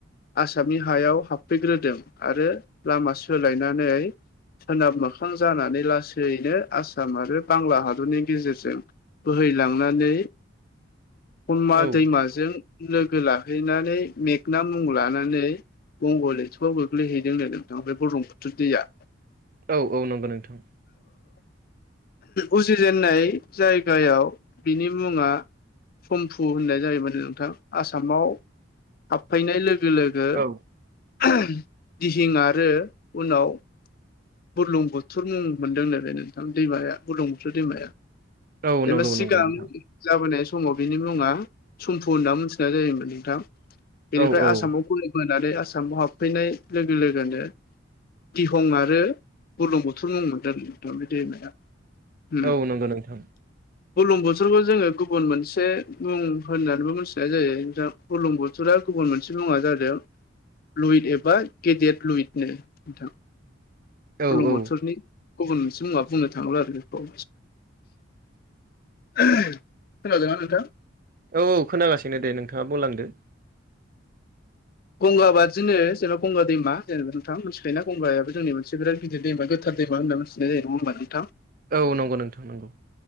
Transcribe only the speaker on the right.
औ
औ-औ नंगौ नोंथां
औ
औ
नंगौ
नंगौ नोंथां
औ औ
औ नंगौ नोंथां
औ
औ
औ खोनागासिनो दे नोंथाङा बुंलांदो
औ नंगौ नोंथां नंगौ